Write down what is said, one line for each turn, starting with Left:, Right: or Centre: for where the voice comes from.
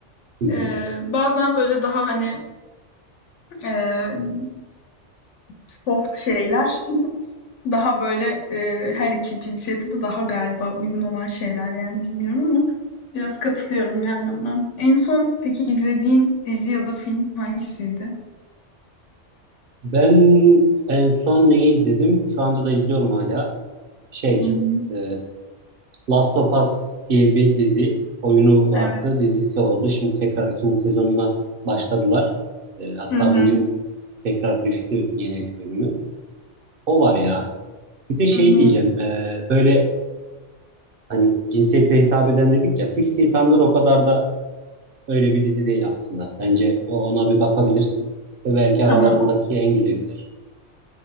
Right: hı hı.
Left: E, bazen böyle daha hani e, soft şeyler daha böyle e, her iki cinsiyete de daha galiba uygun olan şeyler yani bilmiyorum ama biraz katılıyorum yani ona. En son peki izlediğin dizi ya da film hangisiydi?
Right: Ben en son neyi izledim? Şu anda da izliyorum hala. Şey,
Left: Hı hı.
Right: e, Last of Us diye bir dizi oyunu vardı.
Left: Evet.
Right: Dizisi oldu. Şimdi tekrar ikinci sezonuna başladılar. E, hatta
Left: Hı hı,
Right: bugün tekrar düştü yeni bölümü. O var ya. Bir de şey
Left: hı hı.
Right: diyeceğim. e, böyle hani cinsiyete hitap eden dedik ya. Six Feet Under o kadar da Öyle bir dizi değil aslında. Bence o ona bir bakabilirsin. Ve belki
Left: Tamam.
Right: aralarındaki en güzelidir.